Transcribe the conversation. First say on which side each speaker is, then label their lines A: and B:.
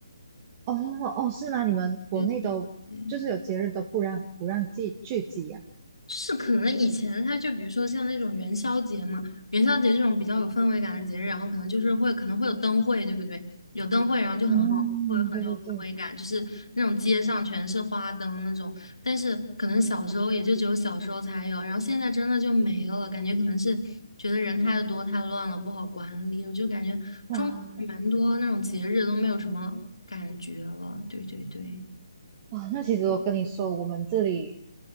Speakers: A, on the right; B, on the left.
A: 哦哦，是吗？你们国内都就是有节日都不让不让聚聚集呀、
B: <laughs> 对对对。
A: 啊？
B: 是可能以前它就比如说像那种元宵节嘛，元宵节这种比较有氛围感的节日，然后可能就是会可能会有灯会，对不对？有灯会，然后就很好，
A: 嗯，
B: 会很有氛围感，
A: 对对对，
B: 就是那种街上全是花灯那种。但是可能小时候也就只有小时候才有，然后现在真的就没了，感觉可能是觉得人太多太乱了，不好管理。我就感觉中国蛮多那种节日都没有什么感觉了，
A: 哇，
B: 对对对。
A: 哇，那其实我跟你说，我们这里